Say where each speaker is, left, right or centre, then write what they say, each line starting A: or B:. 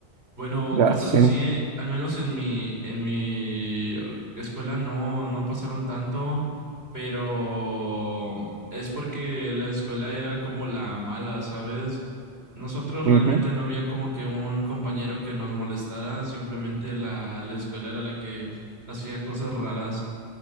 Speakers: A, on the right; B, on the right.
A: Bueno,
B: Ya
A: cosas
B: sé.
A: así, eh, al menos en mi, en mi escuela no, no pasaron tanto, pero es porque la escuela era como la mala, ¿sabes? Nosotros
B: Ujú,
A: realmente no había como que un compañero que nos molestara, simplemente la, la escuela era la que hacía cosas raras.